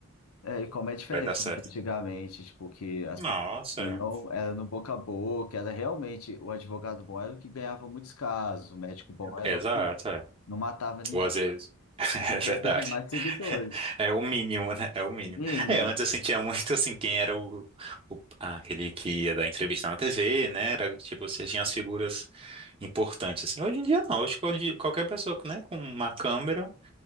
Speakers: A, on the left; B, on the right.
A: É, e como é diferente
B: vai dar certo.
A: de antigamente, tipo, que as
B: Nossa,
A: pessoas tinham, era no boca a boca, era realmente, o advogado bom era o que ganhava muitos casos, o médico bom era
B: é. exato,
A: o que
B: é.
A: não matava ninguém.
B: Ou às vezes. <laughs> É
A: Hoje em dia
B: verdade.
A: é quem tem mais seguidores,
B: <laughs> É o mínimo, né? É o mínimo.
A: mínimo.
B: É, antes eu sentia muito assim, quem era o, o- ah, aquele que ia dar entrevista na TV, né? Era tipo, você tinha as figuras importantes, assim. Hoje em dia não, hoje qualquer qualquer pessoa, né, com uma câmera